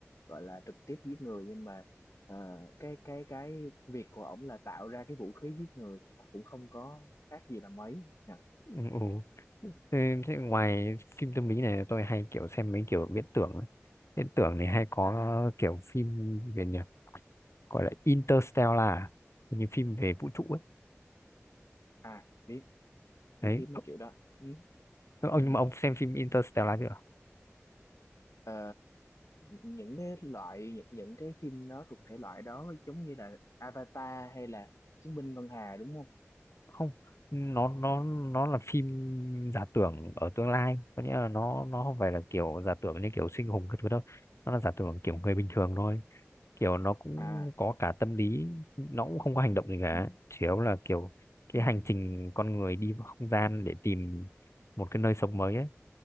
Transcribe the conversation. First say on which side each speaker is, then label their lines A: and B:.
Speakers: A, on the left; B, on the left.
A: gọi là trực tiếp giết người nhưng mà ờ, cái cái cái việc của ổng là tạo ra cái vũ khí giết người thì nó cũng không có khác gì là mấy nha
B: Ừ. ừ. Thế, thế ngoài phim tâm lý này tôi hay kiểu xem mấy kiểu viễn tưởng ấy. viễn tưởng này hay có
A: à
B: kiểu phim về nhỉ gọi là Interstellar à? hình như phim về vũ trụ ấy
A: à biết biết
B: đấy
A: biết mấy kiểu đó ừ,
B: ông
A: ừ.
B: nhưng mà ông xem phim Interstellar chưa
A: Ờ, những cái loại những, những cái phim đó thuộc thể loại đó giống như là Avatar hay là Chiến binh Ngân Hà đúng không?
B: không nó nó nó là phim giả tưởng ở tương lai có nghĩa là nó nó không phải là kiểu giả tưởng như kiểu siêu anh hùng cái thứ đâu nó là giả tưởng kiểu người bình thường thôi kiểu nó cũng
A: À,
B: có cả tâm lý nó cũng không có hành động gì cả
A: ừ,
B: chủ yếu là kiểu
A: ừ,
B: cái hành trình con người đi vào không gian để tìm một cái nơi sống mới ấy